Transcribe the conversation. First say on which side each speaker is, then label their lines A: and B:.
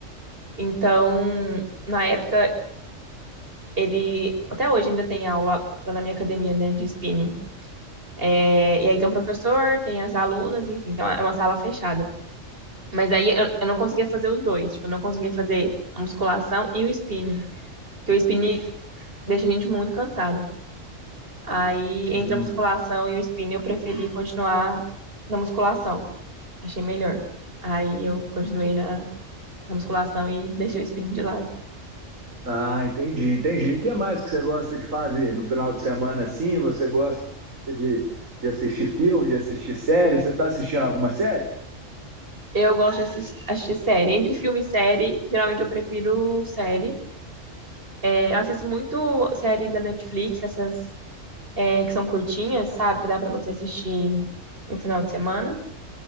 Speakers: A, on the right (about 45°); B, on the right (about 85°).
A: Então, na época, ele. Até hoje ainda tem aula lá na minha academia, né, de spinning. É, e aí tem o professor, tem as alunas, enfim, então é uma sala fechada. Mas aí eu, eu não conseguia fazer os dois. Tipo, eu não conseguia fazer a musculação e o spinning. Porque o spinning deixa a gente muito cansada. Aí, entre
B: Hum.
A: a musculação e o spinning, eu preferi continuar na musculação. Achei melhor. Aí eu continuei na, na musculação e deixei o spinning de lado.
B: Ah, entendi, entendi. E o que mais que você gosta de fazer no final de semana, assim? Você gosta de, de assistir filme, de assistir série? Você tá assistindo alguma série?
A: Eu gosto de assis- assistir série. Entre filme e série, geralmente eu prefiro série. É, eu assisto muito série da Netflix, essas é, que são curtinhas, sabe? Que dá pra você assistir em um final de semana.